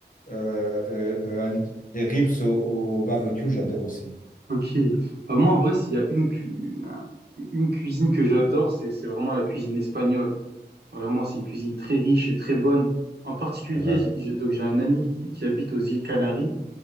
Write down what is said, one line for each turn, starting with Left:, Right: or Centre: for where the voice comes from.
Left: Euh, euh, euh, les rips au, au barbecue, j'adore aussi.
Right: Ok. Bah, moi, en vrai, s'il y a une, cu- un- une cuisine que j'adore, c'est c'est vraiment la cuisine espagnole. Vraiment, c'est une cuisine très riche et très bonne. En particulier,
Left: C'est vrai.
Right: j'ai- j'ai- donc j'ai un ami qui, qui habite aux îles Canaries